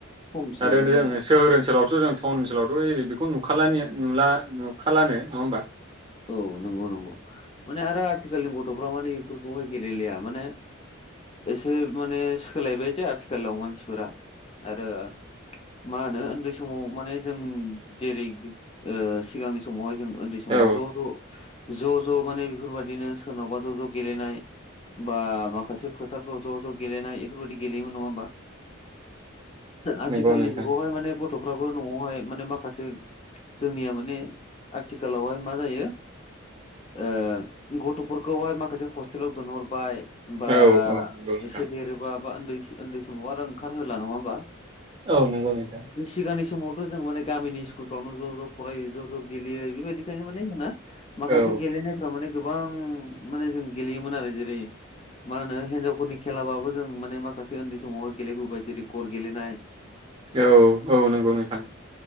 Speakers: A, on the left (about 30°); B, on the right (about 25°).
A: खमसै
B: ओैरैनो
A: माने
B: जों सोहोर ओनसोलावसो जों टाउन ओनसोलावथ' ओरै बेखौ नुला नुखालानो नङा होमबा
A: औ नंगौ नंगौ माने आरो आथिखालनि गथ'फ्रा माने बेफोरखौहाय गेलेलिया माने एसे माने सोलायबाय जे आथिखालाव मानसिफोरा आरो मा होनो उन्दै समाव माने जों जेरै ओ सिगांनि समावहाय जों उन्दै समाव
B: औ
A: ज' ज' ज' ज' माने बेफोरबायदिनो सोरनावबा ज' ज' गेलेनाय बा माखासे फोथारफ्राव ज' ज' गेलेनाय बेफोरबायदि गेलेयोन नङा होमबा आथिखालनि
B: नंगौ नोंथां
A: जुगावहाय माने गथ'फ्राबो न'आवहाय माने माखासे जोंनिया माने आथिखालावहाय मा जायो ओ गथ'फोरखौहाय माखासे हस्टेलाव दोनहरबाय होमबा
B: औ औ नंगौ नोंथां
A: एसे देरोबा बा उन्दै उन्दै समाव आरो ओंखारहोला नङा होमबा
B: औ नंगौ नोंथां
A: सिगांनि समावथ' जों माने गामिनि स्कुलफ्रावनो ज' ज' फरायो ज' ज' गेलेयो बेबायदिखायनो माने जोंना माखासे
B: औ
A: गेलेनायफ्रा माने गोबां माने जों गेलेयोमोन आरो जेरै मा होनो हिनजावफोरनि खेलाबाबो जों माने माखासे उन्दै समावहाय गेलेबोबाय जेरै गर गेलेनाय
B: औ औ नंगौ नोंथां